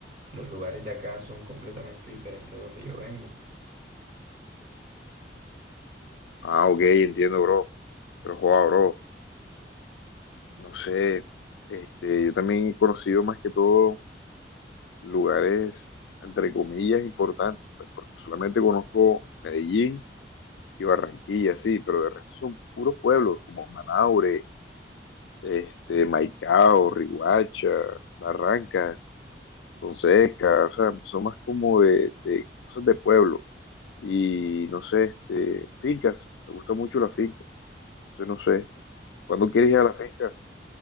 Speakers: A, on the right; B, on the left.
A: los lugares de acá son completamente diferentes de donde yo vengo.
B: Ah, ok, entiendo, bro. Pero, joa, bro, no sé, este, yo también he conocido más que todo lugares, entre comillas, importantes, pues porque solamente conozco Medellín y Barranquilla, sí, pero de resto son puros pueblos como Manaure, este, Maicao, Riguacha, Barrancas, Fonseca, o sea, son más como de, de cosas de pueblo y no sé, este, fincas, me gusta mucho la finca, entonces no sé, ¿cuándo quieres ir a la finca?